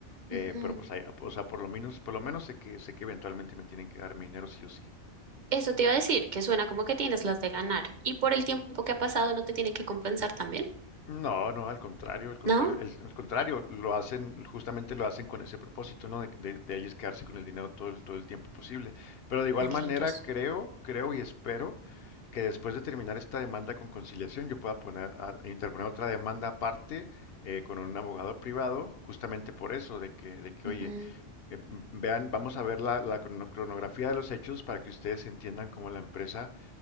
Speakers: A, on the left; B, on the right.
A: Eh,
B: ujú.
A: pero pues hay, o sea, por lo menos, por lo menos sé que, sé que eventualmente me tienen que dar mi dinero sí o sí.
B: Eso te iba a decir, que suena como que tienes las de ganar. Y por el tiempo que ha pasado, ¿no te tienen que compensar también?
A: No, no, al contrario, al contrario,
B: ¿No?
A: el, al contrario, lo hacen, justamente lo hacen con ese propósito, ¿no? De, de, de ellos quedarse con el dinero todo el, todo el tiempo posible. Pero de igual
B: Malditos.
A: manera, creo, creo y espero que después de terminar esta demanda con conciliación, yo pueda poner a, a interponer otra demanda aparte eh, con un abogado privado, justamente por eso, de que, de que
B: ujú.
A: oye, eh, vean, vamos a ver la, la crono- cronografía de los hechos para que ustedes entiendan cómo la empresa